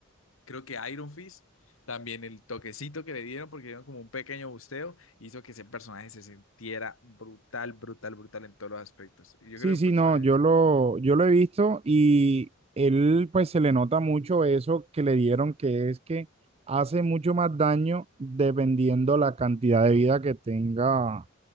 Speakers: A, on the left; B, on the right.
A: creo que Iron Fist, también el toquecito que le dieron, porque dieron como un pequeño busteo, hizo que ese personaje se sintiera brutal, brutal, brutal en todos los aspectos. Y Yo
B: Sí,
A: creo que un
B: sí,
A: personaje...
B: no, yo lo, yo lo he visto y él pues se le nota mucho eso que le dieron, que es que hace mucho más daño dependiendo la cantidad de vida que tenga